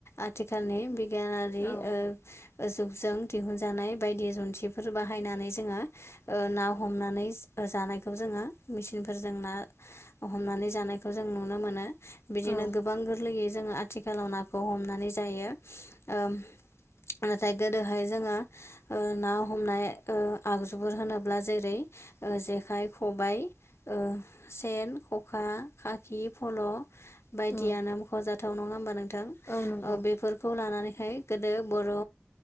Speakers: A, on the left (about 75°); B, on the left (about 55°).
A: आथिखालनि बि गानारि
B: औ
A: ओ जुगजों दिहुनजानाय बायदि जुन्थिफोर बाहायनानै जोंङो ओ ना हमनानै जानायखौ जोंङो मेचिनफोरजों ना हमनानै जानायखौ जों नु नो मोनो बिदिनो
B: औ
A: गोबां गोरलै जोंङो आथिखालाव नाखौ हमनानै जायो ओ नाथाय गोदोहाय जोंङो ओ ना हमनाय ओ आगजुफोर होनोब्ला जेरै ओ जेखाइ खबाइ ओ सेन खखा खाखि फल' बायदियानो
B: औ
A: मख'जाथाव नंङा होमबा नोंथां ओ
B: औ नंगौ
A: बेफोरखौ लानानैहाय गोदो बर'